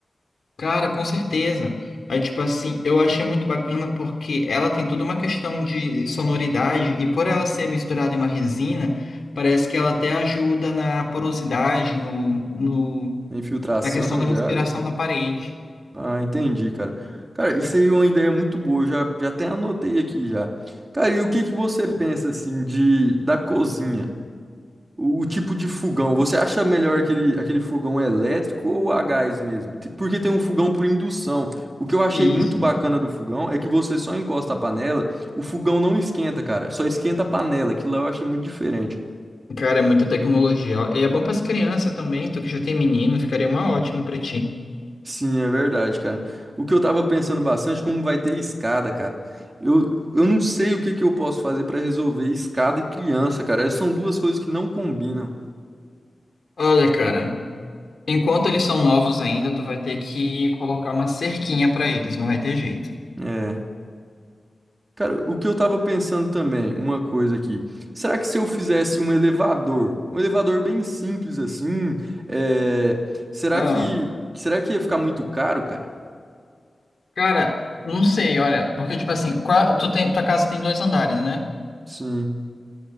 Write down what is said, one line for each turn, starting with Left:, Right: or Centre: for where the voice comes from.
Left: Cara, com certeza. Aí, tipo assim, eu achei muito bacana porque ela tem toda uma questão de sonoridade e por ela ser misturada em uma resina, parece que ela até ajuda na porosidade, no, no,
Right: A Infiltração
Left: na questão da respiração
Right: de água.
Left: da parede.
Right: Ah, entendi, cara. Cara, isso aí é uma ideia muito boa. Eu já, já até anotei aqui já. Cara, e o que que você pensa assim de da cozinha? O, o tipo de fogão, você acha melhor aquele, aquele fogão elétrico ou a gás mesmo? Te- Porque tem um fogão por indução. O que eu achei
Left: Isso.
Right: muito bacana do fogão é que você só encosta a panela, o fogão não esquenta, cara. Só esquenta a panela. Aquilo lá eu achei muito diferente.
Left: Cara, é muita tecnologia. E é bom para as crianças também, tu que já tem menino, ficaria uma ótima para ti.
Right: Sim, é verdade, cara. O que eu tava pensando bastante, como vai ter escada, cara. Eu, eu não sei o que que eu posso fazer pra resolver escada e criança, cara. São duas coisas que não combinam.
Left: Olha, cara, enquanto eles são novos ainda, tu vai ter que colocar uma cerquinha para eles, não vai ter jeito.
Right: É. Cara, o que eu tava pensando também, uma coisa aqui. Será que se eu fizesse um elevador, um elevador bem simples assim, é, será
Left: Ah,
Right: que será que ia ficar muito caro, cara?
Left: Cara, não sei, olha, porque tipo assim, qua- tu tem- tua casa tem dois andares, né?
Right: Sim,